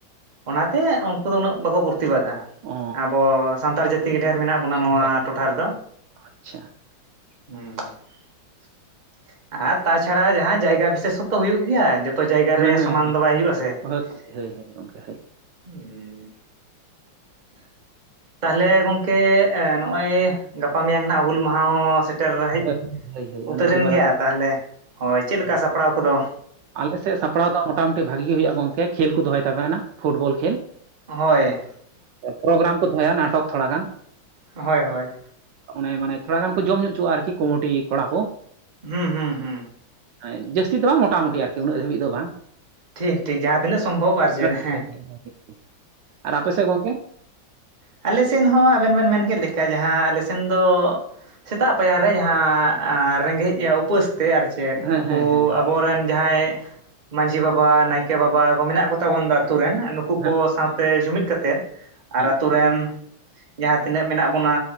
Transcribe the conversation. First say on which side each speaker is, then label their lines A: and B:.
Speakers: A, on the right; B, on the right.
A: ᱚᱱᱟᱛᱮ ᱩᱱᱠᱩ ᱫᱚ ᱩᱱᱟᱹᱜ ᱵᱟᱠᱚ ᱯᱨᱚᱛᱤᱵᱟᱫᱟ
B: ᱚ
A: ᱟᱵᱚ ᱥᱟᱱᱛᱟᱲ ᱡᱟᱹᱛᱤ ᱜᱮ ᱰᱷᱮᱨ ᱢᱮᱱᱟᱜ ᱵᱚᱱᱟ ᱱᱚᱣᱟ
B: ᱰᱷᱮᱨ
A: ᱴᱚᱴᱷᱟ ᱨᱮᱫᱚ
B: ᱟᱪᱪᱷᱟ
A: ᱦᱮᱸ ᱟᱨ ᱛᱟᱪᱷᱟᱲᱟ ᱡᱟᱦᱟᱸ ᱡᱟᱭᱜᱟ ᱵᱤᱥᱮᱥ ᱦᱚᱸᱛᱚ ᱦᱩᱭᱩᱜ ᱜᱮᱭᱟ ᱡᱚ ᱚᱛᱚ ᱡᱟᱭᱜᱟ
B: ᱦᱮᱸ
A: ᱨᱮ
B: ᱦᱮᱸ
A: ᱥᱚᱢᱟᱱ
B: ᱦᱮᱸ
A: ᱫᱚ ᱵᱟᱭ ᱦᱩᱭᱩᱜ ᱟᱥᱮ ᱦᱮᱸᱻᱦᱮᱸᱻ
B: ᱦᱳᱭ ᱦᱳᱭ ᱦᱳᱭ ᱜᱚᱝᱠᱮ ᱦᱳᱭ
A: <inaudible> ᱛᱟᱦᱞᱮ ᱜᱚᱝᱠᱮ ᱮᱸ ᱱᱚᱜᱼᱚᱭ ᱜᱟᱯᱟ ᱢᱮᱭᱟᱝ ᱱᱷᱟᱜ ᱦᱩᱞ ᱢᱟᱦᱟ ᱦᱚᱸ ᱥᱮᱴᱮᱨ ᱦᱮᱡ
B: ᱦᱳᱭ ᱦᱳᱭ ᱦᱳᱭ
A: ᱩᱛᱟᱹᱨᱮᱱ
B: ᱚᱱᱟ ᱟᱹᱰᱤ ᱢᱟᱨᱟᱝ
A: ᱜᱮᱭᱟ ᱛᱟᱦᱞᱮ ᱦᱳᱭ ᱪᱮᱫ ᱞᱮᱠᱟ
B: ᱦᱮᱸ
A: ᱥᱟᱯᱲᱟᱣ ᱠᱚᱫᱚ
B: ᱟᱞᱮ ᱥᱮᱫ ᱥᱟᱯᱲᱟᱣ ᱫᱚ ᱢᱚᱴᱟᱢᱩᱴᱤ ᱵᱷᱟᱹᱜᱤ ᱜᱮ ᱦᱩᱭᱩᱜᱼᱟ ᱜᱚᱢᱠᱮ ᱠᱷᱮᱞ ᱠᱚ ᱫᱚᱦᱚᱭ ᱛᱟᱦᱮᱱᱟ ᱯᱷᱩᱴᱵᱚᱞ ᱠᱷᱮᱞ
A: ᱦᱳᱭ
B: ᱯᱨᱳᱜᱨᱟᱢ ᱠᱚ ᱫᱚᱦᱚᱭᱟ ᱱᱟᱴᱚᱠ ᱛᱷᱚᱲᱟ ᱜᱟᱱ
A: ᱦᱳᱭ ᱦᱳᱭ
B: ᱚᱱᱮ ᱢᱟᱱᱮ ᱛᱷᱚᱲᱟ ᱜᱟᱱ ᱠᱚ ᱡᱚᱢ ᱧᱩ ᱚᱪᱚᱣᱟᱜᱼᱟ ᱟᱨᱠᱤ ᱠᱩᱢᱩᱴᱤ ᱠᱚᱲᱟ ᱠᱚ
A: ᱦᱩᱸᱻᱦᱩᱸᱻᱦᱩᱸ
B: ᱦᱮᱸ ᱡᱟᱹᱥᱛᱤ ᱫᱚ ᱦᱟᱸᱜ ᱢᱳᱴᱟᱢᱩᱴᱤ ᱟᱨᱠᱤ ᱩᱱᱟᱹᱜ ᱫᱷᱟᱹᱵᱤᱡ ᱫᱚ ᱵᱟᱝ
A: ᱴᱷᱤᱠ ᱴᱷᱤᱠ ᱡᱟᱦᱟᱸ ᱛᱤᱱᱟᱹᱜ ᱥᱚᱢᱵᱷᱚᱵ ᱟᱨ ᱪᱮᱫ
B: <unintelligible>
A: ᱦᱮᱸ
B: ᱟᱨ ᱟᱯᱮ ᱥᱮᱫ ᱜᱚᱝᱠᱮ
A: ᱟᱞᱮ ᱥᱮᱱ ᱦᱚᱸ ᱟᱵᱮᱱ ᱵᱮᱱ ᱢᱮᱱ ᱠᱮᱫ ᱞᱮᱠᱟ ᱡᱟᱦᱟᱸ ᱟᱞᱮ ᱥᱮᱱ ᱫᱚ ᱥᱮᱛᱟᱜ ᱯᱟᱭᱟᱨ ᱨᱮ ᱡᱟᱦᱟᱸ ᱟ ᱨᱮᱸᱜᱮᱡ ᱭᱟ ᱩᱯᱟᱹᱥ ᱛᱮ ᱟᱨ ᱪᱮᱫ
B: ᱦᱮᱸ
A: ᱱᱩᱠᱩ
B: ᱦᱮᱸ ᱦᱮᱸ
A: ᱟᱵᱚᱨᱮᱱ ᱡᱟᱦᱟᱸᱭ ᱢᱟᱺᱡᱷᱤ ᱵᱟᱵᱟ ᱱᱟᱭᱠᱮ ᱵᱟᱵᱟ ᱠᱚ ᱢᱮᱱᱟᱜ ᱠᱚ ᱛᱟᱵᱚᱱ ᱫᱚ ᱟᱹᱛᱩ ᱨᱮᱱ ᱱᱩᱠᱩ
B: ᱦᱮᱸ
A: ᱠᱚ ᱥᱟᱶᱛᱮ ᱡᱩᱢᱤᱫᱽ ᱠᱟᱛᱮᱜ
B: ᱦᱮᱸ
A: ᱛᱚ ᱨᱮᱱ ᱡᱟᱦᱟᱸ ᱛᱤᱱᱟᱹᱜ ᱢᱮᱱᱟᱜ ᱵᱚᱱᱟ